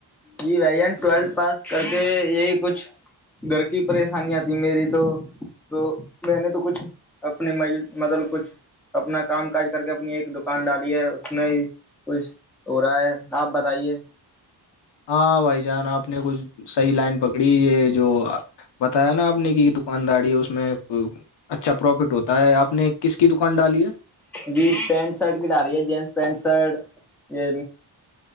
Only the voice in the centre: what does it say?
جی بھائی جان ٹویلتھ پاس کر کے یہی کچھ گھر کی پریشانییا آتی میری تو تو میں نے تو کچھ اپنی م مطلب کچھ اپنا کام کاج کر کے اپنی ایک دکان ڈالی ہے اس میں ہی کچھ ہو رہا ہے آپ بتائیے
جی پینٹ شرٹ کی ڈا رہی ہے جینس پینٹ شرٹ یہ